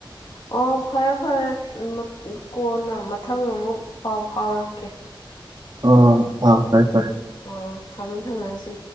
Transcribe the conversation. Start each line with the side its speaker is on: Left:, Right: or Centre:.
Left: ꯑꯣ ꯑꯣ ꯐꯔꯦ ꯐꯔꯦ ꯀꯣꯟꯅ ꯃꯊꯪ ꯑꯃꯨꯛ ꯄꯥꯎ ꯐꯥꯎꯔꯛꯀꯦ
Right: ꯑꯣ ꯐꯔꯦ ꯐꯔꯦ
Left: ꯑꯣ ꯊꯝꯃꯃꯦ ꯊꯝꯃꯒ ꯁꯤ